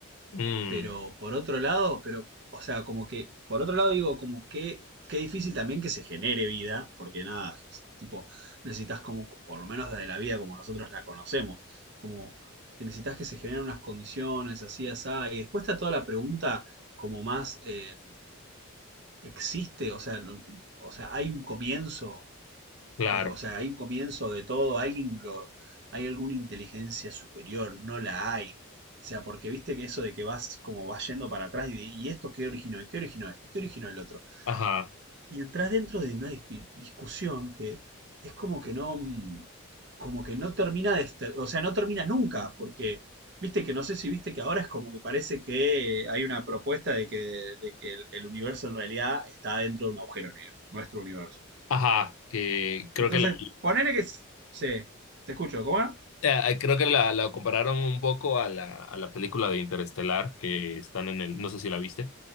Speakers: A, on the left; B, on the right.
A: Mm.
B: Pero por otro lado, pero, o sea, como que, por otro lado digo, como que, qué difícil también que se genere vida, porque nada, es tipo, necesitas como, por lo menos desde la vida como nosotros la conocemos, como que necesitas que se generen unas condiciones así, así, y después está toda la pregunta como más, eh, ¿existe? O sea, no- o sea, ¿hay un comienzo?
A: Claro,
B: Que, O sea, hay un comienzo de todo, alguien lo, hay alguna inteligencia superior, no la hay. O sea, porque viste que eso de que vas como vas yendo para atrás y, de- y esto qué originó, qué originó esto, qué originó el otro.
A: ajá,
B: Y entras dentro de una dis- discusión que es como que no, mm, como que no termina de, este- o sea, no termina nunca, porque viste que no sé si viste que ahora es como que parece que hay una propuesta de que, de que el, el universo en realidad está dentro de un agujero negro, nuestro universo.
A: ajá, que creo
B: Entonces,
A: que la,
B: ponele que. Sí, te escucho, ¿cómo era?
A: eh, creo que la, la compararon un poco a la, a la película de Interestelar, que están en el, no sé si la viste,